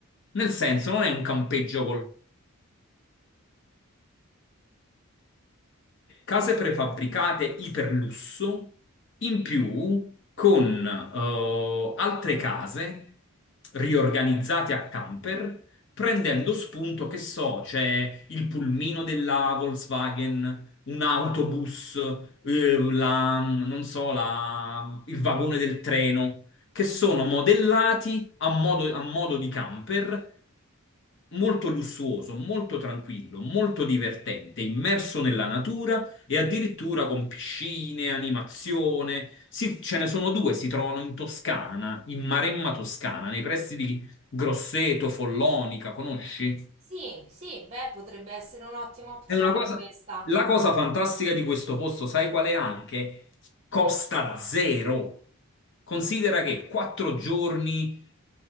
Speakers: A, on the left (about 55°); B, on the right (about 30°).
A: Nel senso, non è un campeggio con case prefabbricate iperlusso, in più con eh, altre case riorganizzate a camper, prendendo spunto, che so, c'è il pulmino della Volkswagen, un autobus, eh, la- non so, la- il vagone del treno, che sono modellati a modo a modo di camper molto lussuoso, molto tranquillo, molto divertente, immerso nella natura e addirittura con piscine, animazione. Si- ce ne sono due, si trovano in Toscana, in Maremma Toscana, nei pressi di Grosseto, Follonica, conosci?
B: Sì, sì, beh, potrebbe essere un'ottima opzione
A: È una cosa,
B: questa.
A: la cosa fantastica di questo posto, sai qual è anche? Costa zero. Considera che quattro giorni,